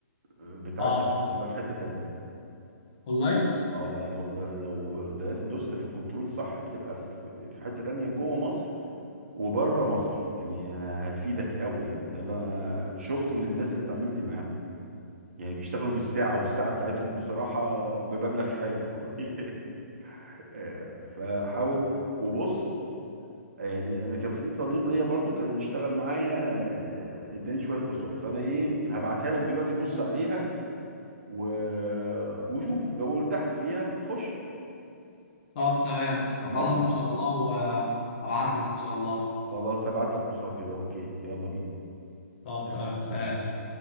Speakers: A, on the right; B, on the left.
A: آه، بتعدي
B: اه
A: في- بتبقى في حتة تانية
B: والله
A: اه يعني هو ده لو درست دوست في الكنترول صح بتبقى في في حتة تانية جوه مصر وبره مصر يعني هتفيدك قوي يعني ده اللي انا شفته من الناس اللي اتعاملت معاهم يعني بيشتغلوا بالساعة والساعة بتاعتهم بصراحة بمبلغ حلو <laughs> يعني آه، فحاول وبص يعني انا كان في صديق ليا برضو كان اشتغل معايا آه، اداني شوية كورسات فانا ايه هبعتها لك دلوقتي بص عليها و... وشوف لو ارتحت فيها خش
B: طب تمام
A: تمام
B: اخلص ان شاء الله وابعت لك ان شاء الله
A: خلاص هبعت لك كورسات كده اوكي يلا بينا
B: طب
A: يلا
B: تمام سلام
A: مع السلامة